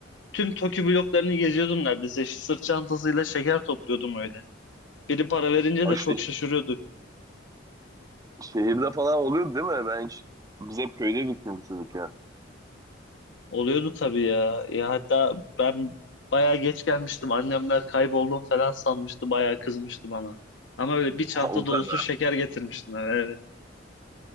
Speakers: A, on the left (about 75°); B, on the right (about 20°).
A: Tüm Tokyo bloklarını geziyordum neredeyse. Sırt çantasıyla şeker topluyordum öyle. Biri para verince
B: O
A: de
B: şey,
A: çok şaşırıyorduk.
B: şehirde falan oluyordu değil mi? Ben hiç, biz hep köydeydik çünkü çocukken.
A: Oluyordu tabii ya. Ya hatta ben bayağı geç gelmiştim. Annemler kayboldum falan sanmıştı. Bayağı kızmıştı bana. Ama öyle bir çanta
B: <laughs> O kadar.
A: dolusu şeker getirmiştim eve, evet.